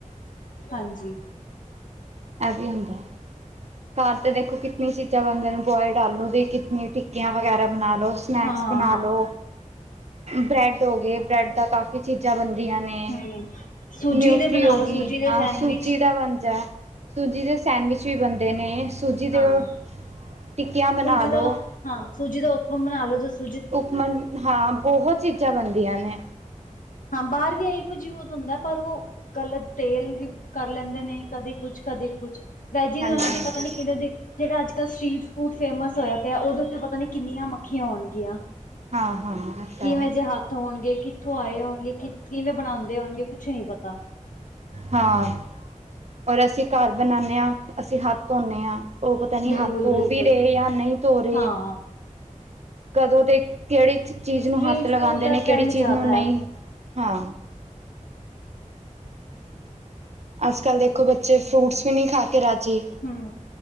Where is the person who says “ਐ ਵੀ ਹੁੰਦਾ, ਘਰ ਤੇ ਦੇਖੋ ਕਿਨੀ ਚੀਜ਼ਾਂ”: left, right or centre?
Right